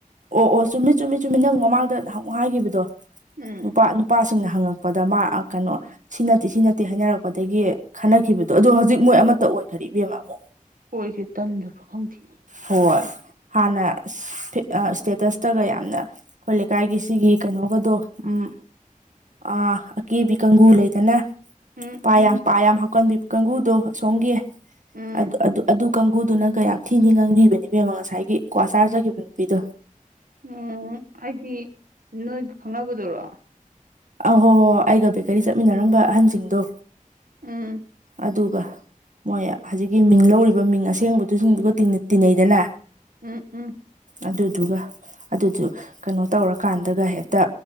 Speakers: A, on the right (about 60°); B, on the right (about 80°).
A: ꯑꯣ ꯑꯣ ꯆꯨꯝꯃꯤ ꯆꯨꯝꯃꯤ ꯆꯨꯝꯃꯤ ꯅꯪ ꯃꯃꯥꯡꯗ ꯅꯍꯥꯟꯃꯨꯛ ꯍꯥꯏꯒꯤꯕꯗꯣ
B: ꯎꯝ
A: ꯅꯨꯄꯥ ꯅꯨꯄꯥꯁꯤꯡꯅ ꯍꯪꯉꯛꯄꯗ ꯃꯥ ꯑꯥ ꯀꯩꯅꯣ ꯁꯤ ꯅꯠꯇꯦ ꯁꯤ ꯅꯠꯇꯦ ꯍꯥꯏꯅꯔꯛꯄꯗꯒꯤ ꯈꯠꯅꯈꯤꯕꯗꯣ ꯑꯗꯣ ꯍꯧꯖꯤꯛ ꯃꯣꯏ ꯑꯃꯠꯇ ꯑꯣꯏꯈ꯭ꯔꯦ ꯏꯕꯦꯝꯃ ꯑꯃꯨꯛ
B: ꯑꯣꯏꯈ꯭ꯔꯦ ꯇꯟꯗꯕꯔ ꯈꯪꯗꯦ
A: ꯍꯣꯏ ꯍꯥꯟꯅ ꯑꯁ ꯐꯤꯠ ꯑꯥ ꯁ꯭ꯇꯦꯇꯁꯇꯒ ꯌꯥꯝꯅ ꯑꯩꯈꯣꯏ ꯂꯩꯀꯥꯏꯒꯤ ꯁꯤꯒꯤ ꯀꯩꯅꯣꯒꯗꯣ ꯎꯝ ꯑꯥ ꯑꯀꯦꯕꯤ ꯀꯥꯡꯒꯨ ꯂꯩꯗꯅ
B: ꯎꯝ
A: ꯄꯥ
B: ꯎꯝ
A: ꯌꯥꯝ ꯄꯥ ꯌꯥꯝ ꯍꯥꯞꯀꯟꯕꯤ ꯀꯥꯡꯕꯨꯗꯣ ꯑ ꯁꯣꯝꯒꯤ
B: ꯎꯝ
A: ꯑꯗꯨ ꯑꯗꯨ ꯑꯗꯨ ꯀꯥꯡꯒꯨꯗꯨꯅ ꯀꯌꯥꯝ ꯊꯤꯟ ꯊꯤꯅ ꯉꯥꯡꯕꯤꯕꯅꯦ ꯏꯕꯦꯝꯃ ꯉꯁꯥꯏꯒꯤ ꯀ꯭ꯋꯥ ꯆꯥꯔ ꯆꯠꯈꯤꯕ ꯅꯨꯄꯤꯗꯣ
B: ꯎꯝ ꯍꯥꯏꯗꯤ ꯅꯣꯏꯒ ꯈꯪꯅꯕꯗꯨꯔꯣ
A: ꯑꯧ ꯍꯣ ꯍꯣ ꯍꯣ ꯑꯩꯒ ꯕꯦꯀꯔꯤ ꯆꯠꯃꯤꯟꯅꯔꯝꯕ ꯑꯍꯟꯁꯤꯡꯗꯣ
B: ꯎꯝ
A: ꯑꯗꯨꯒ ꯃꯣꯏ ꯍꯧꯖꯤꯛꯀꯤ ꯃꯤꯡ ꯂꯧꯔꯤꯕ ꯃꯤꯡ ꯑꯁꯦꯡꯕꯗꯨ ꯁꯤꯡꯗꯨꯒ ꯇꯤꯟꯅꯩꯗꯅ
B: ꯎꯝ ꯎꯝ
A: ꯑꯗꯨꯗꯨꯒ ꯑꯗꯨꯗꯨ ꯀꯩꯅꯣ ꯇꯧꯔꯀꯥꯟꯗꯒ ꯍꯦꯇ